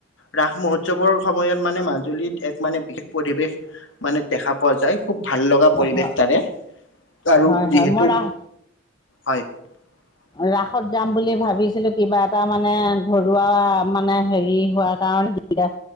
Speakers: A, on the left; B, on the left.
A: ৰাস মহোৎসৱৰ সময়ত মানে মাজুলীত এক মানে বিশেষ পৰিৱেশ মানে দেখা পোৱা যায়। খুব ভাল লগা পৰিৱেশ
B: হয়
A: তাৰে আৰু
B: হয়
A: যিহেতু
B: হয় মই ৰাস
A: হয়। <inaudible>
B: ৰাসত যাম বুলি ভাবিছিলো কিবা এটা মানে ঘৰুৱা মানে হেৰি হোৱাৰ কাৰণে গা বেয়া